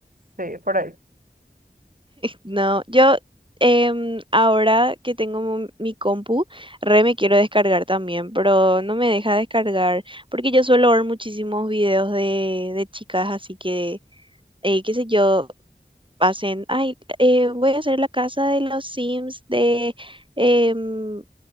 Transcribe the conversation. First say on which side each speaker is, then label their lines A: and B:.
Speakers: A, on the right; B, on the right.
A: Sí, por ahí.
B: No, yo em, ahora que tengo mo- mi compu, re me quiero descargar también, pero no me deja descargar porque yo suelo ver muchísimos videos de, de chicas, así que, eh, qué sé yo, hacen, ay, eh, voy a hacer la casa de los Sims de... em,